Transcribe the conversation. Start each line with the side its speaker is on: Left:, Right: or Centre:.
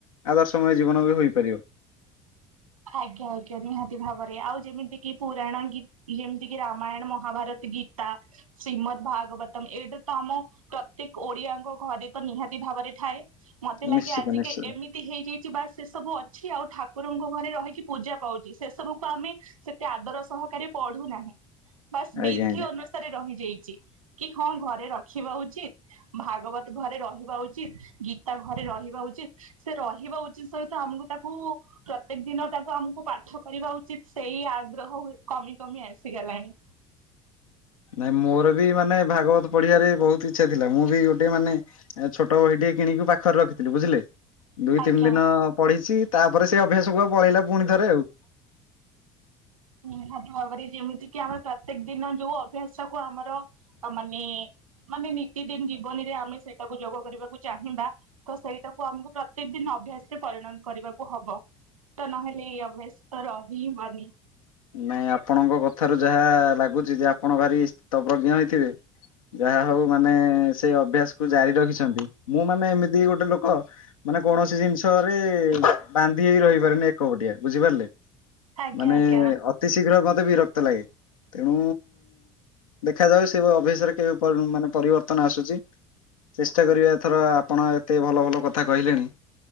Left: ଆଦର୍ଶମୟ ଜୀବନ ବି ହୋଇପାରିବ।
Right: ଆଜ୍ଞା ଆଜ୍ଞା ନିହାତି ଭାବରେ ଆଉ ଯେମିତି କିି ପୁରାଣ ଗୀ ଯେମିତି କିି ରାମାୟଣ ମହାଭାରତ ଗୀତା ଶ୍ରୀମଦ୍ ଭାଗବତ ଏଇଟା ତ ଆମ ପ୍ରତ୍ୟେକ ଓଡିଆଙ୍କ ଘରେ ତ ନିହାତି ଭାବରେ ଥାଏ ମତେ ଲାଗେ
Left: ନିଶ୍ଚିତ
Right: ଆଜିକା
Left: ନିଶ୍ଚିତ
Right: ଏମି ତି ହେଇଯାଇଛି। ବା ସେ ସବୁ ଅଛି ଆଉ ଠାକୁରଙ୍କୁ ଘରେ ରହିକି ପୂଜା ପାଉଚି ସେ ସବୁକୁ ଆମେ ସେତେ ଆଦର ସହକାରେ ପଢୁନାହିଁ। ବାସ୍
Left: ଆଜ୍ଞା
Right: ବିଧି
Left: ଆଜ୍ଞା।
Right: ଅନୁସାରେ ରହିଯାଇଚି। କି ହଁ ଘରେ ରଖିବା ଉଚିତ। ଭାଗବତ ଘରେ ରହିବା ଉଚିତ ଗୀତା ଘରେ ରହିବା ଉଚିତ। ସେ ରହିବା ଉଚିତ ସହିତ ଆମକୁ ତାକୁ ପ୍ରତ୍ୟେକ ଦିନ ତାକୁ ଆମକୁ ପାଠ କରିବା ଉଚିତ୍ ସେଇ ଆଗ୍ରହ କମି କମି ଆସିଗଲାଣି।
Left: ନାଇଁ ମୋର ବି ମାନେ ଭାଗବତ ପଢିବାରେ ବହୁତ ଇଚ୍ଛା ଥିଲା ମୁଁ ବି ଗୋଟେ ମାନେ ଛୋଟ ବହି ଟିକେ କିଣିକି ପାଖରେ ରଖିଥିଲୁ ବୁଝିଲେ? ଦୁଇ
Right: ଆଜ୍ଞା
Left: ତିନି ଦିନ ପଢିଚି ତାପରେ ସେଇ ଅଭ୍ୟାସ କୁ ଆ ପଳେଇଲା ପୁଣି ଥରେ ଆଉ।
Right: ନିହାତି ଭାବରେ ଯେମିତି କିି ଆମେ ପ୍ରତ୍ୟେକ ଦିନ ଯୋଉ ଅଭ୍ୟାସ ଟାକୁ ଆମର ମାନେ ମାନେ ନିତିଦିନ ଜୀବନୀରେ ଆମେ ସେଇଟାକୁ ଯୋଗ କରିବାକୁ ଚାହିଁବା ତ ସେଇଟାକୁ ଆମକୁ ପ୍ରତ୍ୟେକ ଦିନ ଅଭ୍ୟାସରେ ପରିଣନ କରିବାକୁ ହବ। ତ ନହେଲେ ଏଇ ଅଭ୍ୟାସ ରହି ମାନି।
Left: ନାଇଁ ଆପଣଙ୍କ କଥାରୁ ଯାହା ଲାଗୁଚି ଯେ ଆପଣ ଭାରି ଶତବଜ୍ଞ ହେଇଥିବେ। ଯାହା ହଉ ମାନେ ସେଇ ଅଭ୍ୟାସ କୁ ଜାରି ରଖିଚନ୍ତି। ମୁଁ ମାନେ ଏମିତି ଗୋଟେ ଲୋକ ମାନେ କୌଣସି ଜିନିଷରେ ବାନ୍ଧି ହେଇ ରହିପାରନି ଏକପଟିଆ ବୁଝିପାରିଲେ?
Right: ଆଜ୍ଞା
Left: ମାନେ
Right: ଆଜ୍ଞା
Left: ଅତି ଶୀଘ୍ର ମତେ ବିରକ୍ତ ଲାଗେ। ତେଣୁ ଦେଖାଯାଉ ସେ ଅଭସରେ କେବେ ମାନେ ପରିବର୍ତ୍ତନ ଆସୁଚି। ଚେଷ୍ଟା କରିବା ଏଥର ଆପଣ ଏତେ ଭଲ ଭଲ କଥା କହିଲେଣି।